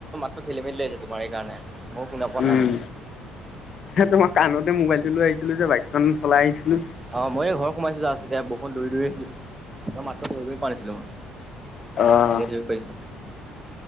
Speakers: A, on the right; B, on the left.
A: টো খেলি-মেলি আহিছে তোমাৰ সেইকাৰণে। ময়ো শুনা পোৱা
B: উম।
A: নাই মানে
B: সেটোমা কাণতে মোবাইলটো লৈ আহিছিলোঁ যে বাইকখন চলাই আহিছিলোঁ।
A: অহ মইও ঘৰ সোমাইছোঁ যাচ। এতিয়া বৰষুণ দৌৰি দৌৰি আহিছোঁ। তোমাৰ মাত টো ধৰিবই পাৰা নাছিলোঁ মই।
B: অ
A: এতিয়া ধৰিব পাৰিছোঁ?